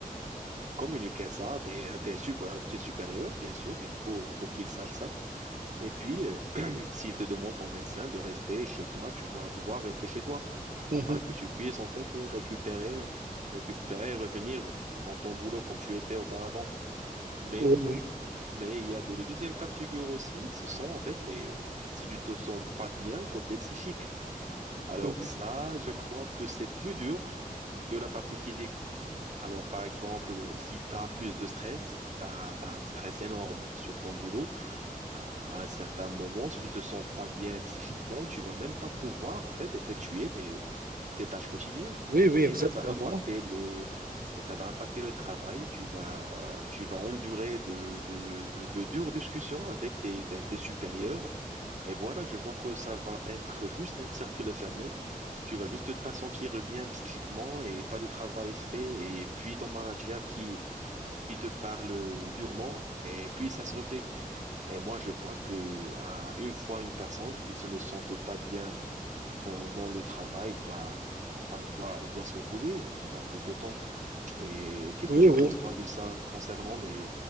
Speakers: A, on the right; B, on the right.
A: communiquer ça à tes, à tes, sub- à tes supérieurs, bien sûr, il faut, il faut qu'ils sachent ça. Et puis, euh, <clears throat> s'il te demande ton médecin de rester chez toi, tu dois devoir rester chez toi
B: Mhm.
A: afin que tu puisses en fait euh, récupérer, euh, récupérer et revenir dans ton boulot comme tu étais auparavant. Mais,
B: Oui, oui.
A: mais il y a de, le deuxième cas de figure aussi, ce sont en fait les, euh, si tu te sens pas bien côté psychique. Alors
B: Mhm.
A: ça, je crois que c'est plus dur que la partie physique. Alors, par exemple, si tu as plus de stress, tu as, un stress énorme sur ton boulot, à, à un certain moment, si tu te sens pas bien psychiquement, tu vas même pas pouvoir, en fait, effectuer tes, tes tâches quotidiennes.
B: Oui, oui,
A: Et
B: exactement.
A: ça va impacter le, et ça va impacter le travail. Tu vas, tu vas endurer de, de, de, de dures discussions avec tes, tes, tes supérieurs, et voilà, je vois que ça va être juste un cercle fermé. Tu vas juste pas sentir bien psychiquement et pas de travail fait. Et puis ton manager qui, qui te parle durement. Et puis ça se refait. Et moi, je vois que euh, une fois une personne qui se ne sente pas bien pendant le travail, il doit, enfin, il doit, il doit se reposer pendant quelque temps. Et qu'est-ce
B: Oui,
A: que tu
B: oui.
A: penses, toi, de ça concernant les,